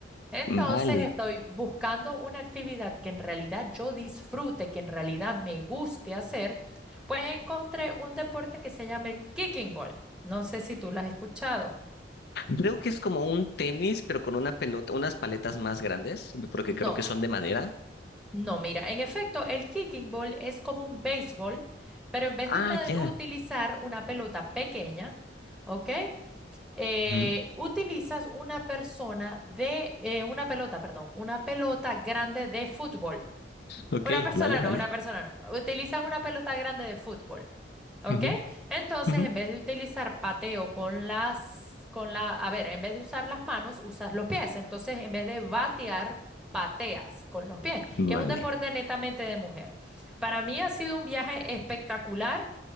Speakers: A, in the centre; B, on the left (about 65°).
A: Entonces
B: Mm, vale.
A: estoy buscando una actividad que en realidad yo disfrute, que en realidad me guste hacer, pues encontré un deporte que se llama el kicking ball. No sé si tú lo has escuchado.
B: Creo que es como un tenis, pero con una pelota, unas paletas más grandes, porque
A: No,
B: creo que son de madera.
A: no, mira, en efecto, el kicking ball es como un béisbol, pero en vez
B: Ah,
A: de uta-
B: ya.
A: utilizar una pelota pequeña, ¿ok? Eh,
B: Ujú.
A: utilizas una persona de, eh, una pelota, perdón, una pelota grande de fútbol.
B: Ok,
A: Una persona
B: vale, vale.
A: no, una persona no. Utilizas una pelota grande de fútbol, ¿ok?
B: Ujú,
A: Entonces,
B: ujú.
A: en vez de utilizar pateo con las, con la, a ver, en vez de usar las manos, usas los pies. Entonces, en vez de batear, pateas con los pies.
B: Vale.
A: Y es un deporte netamente de mujer. Para mí ha sido un viaje espectacular